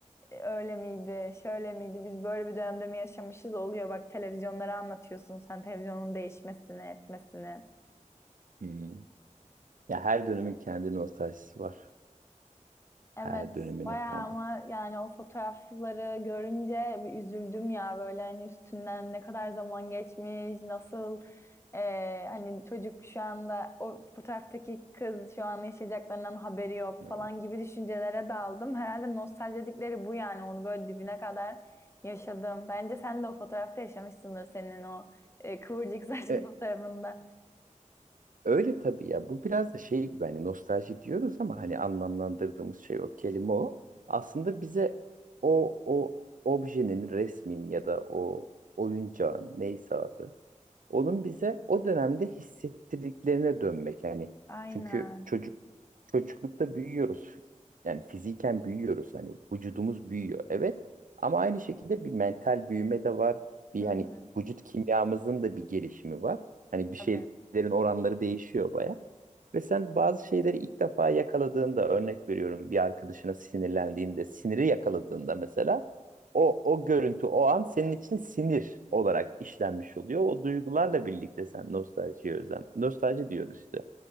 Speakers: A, on the left; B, on the right.
A: öyle miydi, şöyle miydi, biz böyle bir dönemde mi yaşamışız oluyor. Bak televizyonlara anlatıyorsun sen televizyonun değişmesini, etmesini.
B: Hı hı. Ya her dönemin kendi nostaljisi var.
A: Evet,
B: Her dönemin
A: bayağı
B: efendim.
A: ama yani o fotoğrafları görünce bir üzüldüm ya böyle hani üstünden ne kadar zaman geçmiş, nasıl e, hani çocuk şu anda o fotoğraftaki kız şu an yaşayacaklarından haberi yok
B: Hı.
A: falan gibi düşüncelere daldım. Herhalde nostalji dedikleri bu yani onu böyle dibine kadar yaşadım. Bence sen de o fotoğrafta yaşamışsındır senin o e, kıvırcık <laughs> saçlı
B: E,
A: fotoğrafında.
B: öyle tabii ya. Bu biraz da şey gibi hani nostalji diyoruz ama hani anlamlandırdığımız şey o kelime o. Aslında bize o o objenin, resmin ya da o oyuncağın neyse adı onun bize o dönemde hissettirdiklerine dönmek. Yani
A: Aynen.
B: çünkü çocuk çocuklukta büyüyoruz. Yani fiziken büyüyoruz. Hani vücudumuz büyüyor. Evet. Ama aynı şekilde bir mental büyüme de var. Bir
A: Hı
B: hani
A: hı.
B: vücut kimyamızın da bir gelişimi var. Hani bir
A: Tabii.
B: şeylerin oranları değişiyor baya. Ve sen bazı şeyleri ilk defa yakaladığında örnek veriyorum bir arkadaşına sinirlendiğinde, siniri yakaladığında mesela o o görüntü o an senin için sinir olarak işlenmiş oluyor. O duygularla birlikte sen nostaljiye özlem. Nostalji diyoruz işte